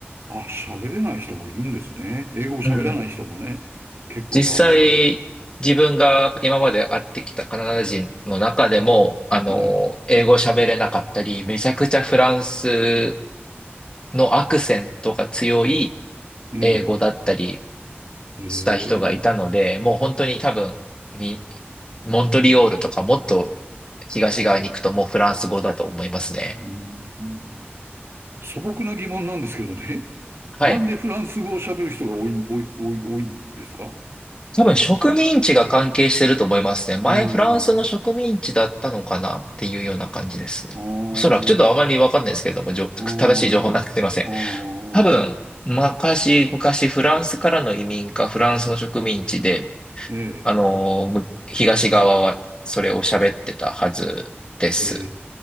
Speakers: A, on the right (about 75°); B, on the left (about 20°).
A: あ、喋れない人もいるんですね。英語を喋らない人もね。
B: うん
A: 結構な割合で。
B: 実際、自分が今まで会ってきたカナダ人の中でも、あの、
A: ね
B: 英語喋れなかったり、めちゃくちゃフランスのアクセントが強い
A: え、ねえ。
B: 英語だったり
A: へえう
B: した人がいたので、もう本当に多分、みモントリオールとかもっと東側に行くともうフランス語だと思いますね。
A: ーん素朴な疑問なんですけどね。<laughs>
B: はい。
A: なんでフランス語を喋る人が多い、多い、多い、多いんですか
B: 多分植民地が関係してると思いますね。
A: カナダって。
B: 前フランスの植民地だったのかなっていうような感じですね。
A: うーん。うーん。
B: おそらくちょっとあまりわかんないですけれども、じょ正しい情報なくてすいません。
A: うーん。うー
B: 多分、
A: ん。
B: 昔、昔フランスからの移民かフランスの植民地で、
A: え
B: あのー、む東側はそれを喋ってたはずです。
A: え。え